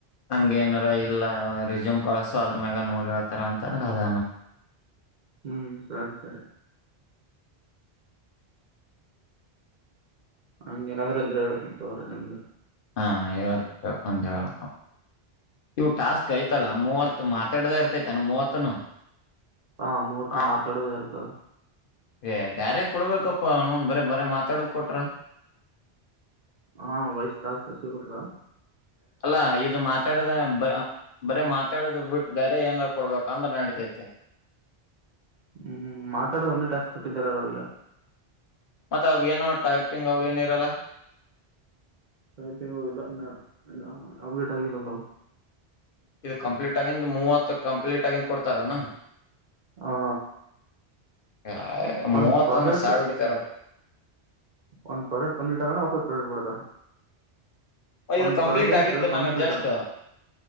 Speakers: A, on the left (about 60°); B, on the right (about 50°).
A: ಹಂಗ ಏನಾರ ಇಲ್ಲ ರಿಸ್ಯೂಮ್ ಕಳಸು ಅದ್ರ ಮ್ಯಾಗ ನೋಡಿ ಹೇಳ್ತಾರ ಅಂತ ಅದ.
B: ಹ್ಮ್ ಸರಿ ಸರಿ. ಹಂಗ ಏನಾದ್ರು ಇದ್ರ ಹೇಳ್ತನ ತೊಗೊ ರೆಸೂಮ್ ದು.
A: ಹಾ ಏನ ಅತ್ತ ಕೆಳಕೊಂಡ ಹೇಳಪ್ಪ ಇವ ಟಾಸ್ಕ್. ಕೈತಲ್ಲ ಮೂವ. <unintelligible> ಮೂವತ್ತನು.
B: ಹಾ ಮೂವತ್ರ
A: ಹಾ
B: ಮಾತಾಡೋದೇ ಇರ್ತದ
A: ಏ ಬ್ಯರೆ ಕೊಡ್ಬೇಕಪ್ಪಾ ನೂನ್ ಬರ ಬರ ಮಾತಾಡದ್ ಕೊಟ್ರೇ
B: ಹಾ ವಯಸ್ ತಸ್ ಕಸ ಕೊಟ್ರ
A: ಅಲ್ಲ ಇದು ಮಾತಾಡದ ಬ ಬರ ಮಾತಾಡದು ಬಿಟ್ಟು ಬೇರೆ ಏನಾರ ಕೊಡ್ಬೇಕು ಅಂದ್ರೆ ನಡೀತೈತೆ
B: ಹ್ಮ್ ಮಾತಾಡದು ಒಂದೇ ಟಾಸ್ಕ್ ಕೊಟ್ಟಿದಾರ ರೋ ಈಗ
A: ಮತ್ತ ಅವ ಏನೋ ಟೈಪಿಂಗ್ ಅವ ಏನಿರಲ್ಲ
B: ಟೈಪಿಂಗಲ್ಲ ಇ ಅಪ್ಲೀಟ್ ಆಗಿಲ್ಲ ಅವು
A: ಇದು ಕಂಪ್ಲೀಟ್ ಆಗಿಂದ ಮೂವತ್ತು ಕಂಪ್ಲೀಟ್ ಆಗಿಂದ ಕೊಡ್ತಾರನಾ
B: ಹಾ
A: ಯ
B: ಒಂದ್
A: ಮೂವತ್ತೊಂದ್ರ
B: ಪ್ರಾಜೆಕ್ಟ್
A: ಸಾವಿರ ಇಡ್ತಾರಪ್ಪ
B: ಒಂದ್ ಪ್ರಾಜೆಕ್ಟ್ ಕಂಪ್ಲೀಟ್ ಆಗಣ ಹೊಸ ಪ್ರ್ಲೆಟ್ ಬಡ್ತಾರೆ ಒಂದು
A: ಇದು ಕಂಪ್ಲೀಟ್
B: ಪ್ರಾಜೆಕ್ಟ್
A: ಆಗಿತ್ತು
B: ಕಂಪ್ಯೂಟರ್
A: ನನಗ್ ಜಸ್ಟ್